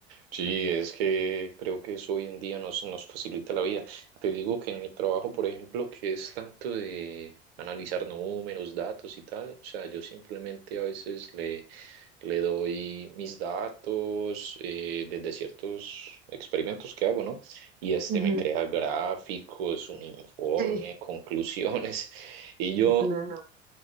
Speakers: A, on the right (about 65°); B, on the right (about 25°).
A: Sí, es que creo que eso hoy en día nos, nos facilita la vida. Te digo que en mi trabajo, por ejemplo, que es tanto de analizar números, datos y tal, o sea, yo simplemente a veces le, le doy mis datos eh, desde ciertos experimentos que hago, ¿no? Y este
B: Ujú.
A: me crea gráficos, un informe,
B: Sí.
A: <laughs> conclusiones. Y yo
B: Es una nota.